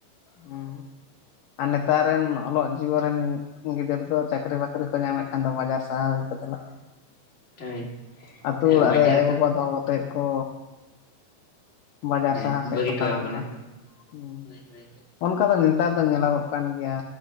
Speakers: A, on the left; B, on the left.
A: ᱦᱩᱸ᱾ ᱟᱨ ᱱᱮᱛᱟᱨ ᱨᱮᱱ ᱚᱞᱚᱜ ᱡᱤᱭᱚᱱ ᱨᱮᱱ ᱜᱤᱫᱟᱹᱨ ᱫᱚ ᱪᱟᱹᱠᱨᱤ ᱵᱟᱹᱠᱨᱤ ᱠᱚ ᱧᱟᱢᱮᱫ ᱠᱷᱟᱱ ᱫᱚ ᱵᱟᱡᱟᱨ ᱥᱟᱦᱟᱨ ᱨᱮᱜᱮ ᱠᱚ ᱪᱟᱞᱟᱜ ᱠᱟᱱᱟ᱾
B: ᱦᱳᱭ᱾
A: ᱟᱹᱛᱩ ᱚᱲᱟᱜ
B: ᱵᱟᱡᱟᱨ
A: ᱨᱮ ᱟᱭᱳ
B: ᱠᱚ
A: ᱵᱟᱵᱟ ᱫᱚᱦᱚ ᱠᱟᱛᱮᱜ ᱠᱚ ᱵᱟᱡᱟᱨ
B: ᱦᱮᱸ
A: ᱥᱟᱦᱟᱨ ᱥᱮᱫ
B: ᱵᱟᱹᱜᱤ
A: ᱠᱚ
B: ᱦᱚᱴᱚ
A: ᱛᱟᱲᱟᱢ
B: ᱟᱠᱚ ᱠᱟᱱᱟ
A: ᱮᱫᱟ,
B: ᱵᱟᱝ
A: ᱦᱮᱸ᱾
B: ᱦᱳᱭ ᱦᱳᱭ
A: ᱚᱱᱠᱟ ᱫᱚ ᱱᱮᱛᱟᱨ ᱫᱚ ᱧᱮᱞᱚᱜᱚᱜ ᱠᱟᱱ ᱜᱮᱭᱟ